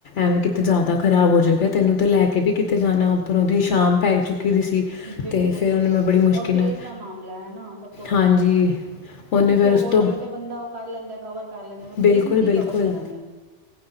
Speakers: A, on the left; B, on the right.
A: ਐਵੇਂ ਕਿਤੇ ਜਾ਼ਦਾ ਖਰਾਬ ਹੋ ਜੇ, ਕੈ ਤੈਨੂੰ ਤੇ ਲੈ ਕੇ ਵੀ ਕਿਤੇ ਜਾਨਾ ਉੱਪਰੋ ਦੀ ਸ਼ਾਮ ਪੈ ਚੁੱਕੀ ਦੀ ਸੀ ਅਤੇ
B: ਬਿਲਕੁਲ
A: ਫਿਰ
B: ਜੀ,
A: ਉਹਨੇ
B: ਬਿਲਕੁਲ
A: ਮੈਂ ਬੜੀ ਮੁਸ਼ਕਿਲ
B: ਔਰ ਫੇਸ
A: ਨਾਲ
B: ਦਾ ਮਾਮਲਾ ਐਨਾ ਸਭ ਤੋਂ ਵੱਡਾ,
A: ਹਾਂਜੀ ਉਹਨੇ
B: ਕਿਤੇ
A: ਫਿਰ ਉਸ
B: ਹੋਰ
A: ਤੋਂ
B: ਹੋਵੇ ਤੇ ਬੰਦਾ ਓ ਕਰ ਲੈਂਦੈ ਕਵਰ ਕਰ ਲੈਂਦੇ
A: ਬਿਲਕੁਲ
B: ਫੇਸ ਨੂੰ ਕੀ
A: ਬਿਲਕੁਲ
B: ਕਵਰ ਕਰਾਂਗੇ?